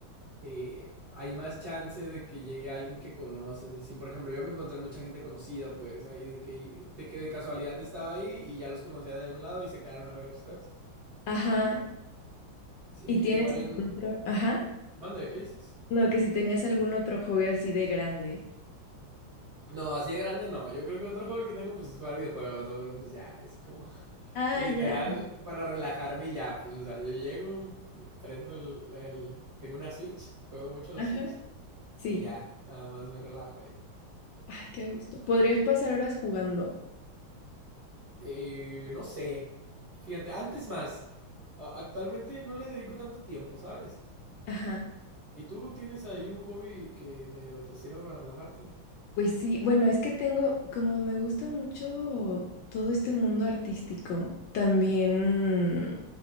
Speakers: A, on the right (about 45°); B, on the left (about 75°).
A: eh, hay más chance de que llegue alguien que conoces. Así, por ejemplo, yo me encontré mucha gente conocida, pues, ahí de que, de que de casualidad estaba ahí y ya los conocía de un lado y se quedaron a ver, ¿sabes?
B: ajá.
A: Sí,
B: ¿Y tienes
A: igual en...
B: algún otro? Ajá.
A: Mande, ¿qué dices?
B: No, que si tenías algún otro hobby así de grande.
A: No, así de grande no. Yo creo que otro juego que tengo pues es jugar videojuegos, ¿no? Pero pues ya, es como <laughs>
B: Ah,
A: literal
B: ya.
A: para relajarme y ya, pues, o sea, yo llego, prendo el... el... Tengo una Switch, juego mucho a la
B: Ajá.
A: Switch
B: Sí.
A: y ya, nada más me relajo ahí.
B: Ay, qué gusto. ¿Podrías pasar horas jugando?
A: Eh, no sé. Fíjate, antes más. A- actualmente no le dedico tanto tiempo, ¿sabes?
B: Ajá.
A: ¿Y tú tienes ahí un hobby que medio te sirve para relajarte?
B: Pues sí, bueno, es que tengo, como me gusta mucho todo este mundo artístico, también,